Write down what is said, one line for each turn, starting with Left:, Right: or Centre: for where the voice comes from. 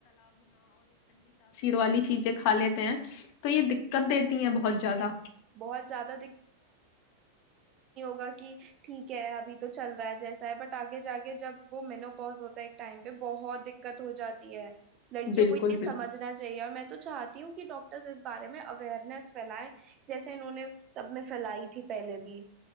Left: والی چیزیں کھا لیتے ہیں تو یہ دقت دیتی ہیں بہت زیادہ
Right: بہت زیادہ ہوا کہ ٹھیک ہے ابھی تو چل رہا ہے جیسا ہے بٹ آگے جا کے جب وہ مینو پوز ہوتا ہے ایک ٹائم پہ بہت دقت ہو جاتی ہے لڑکیوں
Left: بالکل
Right: کو یہ سمجھنا
Left: بال
Right: چاہیے اور میں تو چاہتی ہوں کہ ڈاکٹر بارے میں اویئرنیس فھیلائے ج جیسے انہوں نے سب میں فھیلائی تھی پہلے بھی